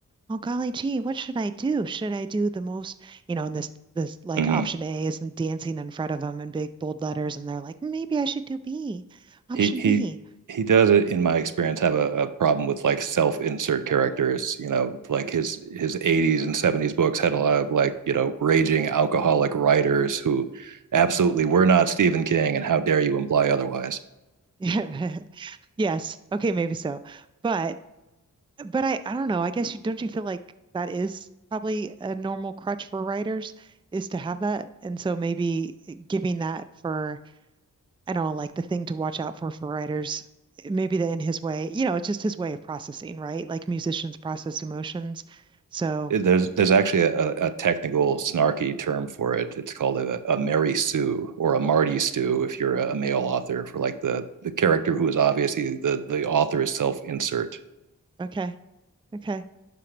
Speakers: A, on the right (about 15°); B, on the right (about 70°).
A: oh golly gee what should I do should I do the most you know and this this like
B: Mm-hmm.
A: option A is dancing in front of them in big bold letters and they're like maybe I should do B option
B: He he
A: B
B: he does it in my experience have a, a problem with like self insert characters you know like his his 80s and 70s books had a lot of like you know raging alcoholic writers who absolutely were not stephen king and how dare you imply otherwise
A: <laughs> yes okay maybe so but But I, I don't know. I guess you don't you feel like that is probably a normal crutch for writers is to have that. And so maybe giving that for, I don't know, like the thing to watch out for for writers, maybe the in his way, you know, it's just his way of processing, right? Like musicians process emotions. So,
B: there's there's actually a, a technical snarky term for it it's called a, a mary sue or a marty stew if you're a male author for like the the character who is obviously the the author is self insert
A: okay, okay.